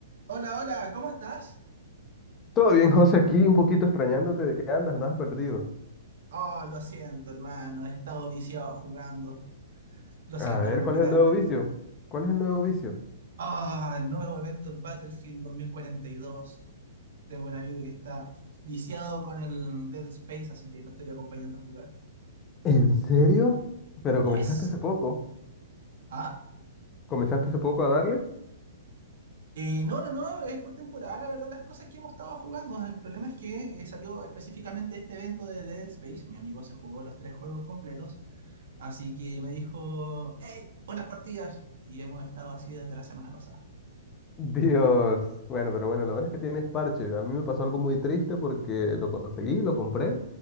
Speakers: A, on the right; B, on the left.
A: Hola, hola, ¿cómo estás?
B: Todo bien, José, aquí un poquito extrañándote de que andas, andabas perdido.
A: Oh, lo siento, hermano, he estado viciado jugando. Lo
B: A
A: siento
B: ver,
A: por no
B: ¿cuál
A: invitarte.
B: es el nuevo vicio? ¿Cuál es el nuevo vicio?
A: Ah, nuevo evento del Battlefield dos. mil cuarenta y dos. Tengo un amigo que está viciado con el Dead Space, así que lo estoy acompañando a jugar.
B: ¿En serio? Pero
A: Yes.
B: comenzaste hace poco.
A: ¿Ah?
B: ¿Comenzaste hace poco a darle?
A: Eh, no, no, no, es por temporada, la verdad, las cosas que hemos estado jugando. El problema es que eh, salió específicamente este evento de Dead Space. Mi amigo se jugó los tres juegos completos Así que me dijo, hey, unas partidas. Y hemos estado así desde la semana pasada.
B: Dios. Bueno, pero bueno, lo bueno es que tienes parche. A mí me pasó algo muy triste porque lo conseguí, lo compré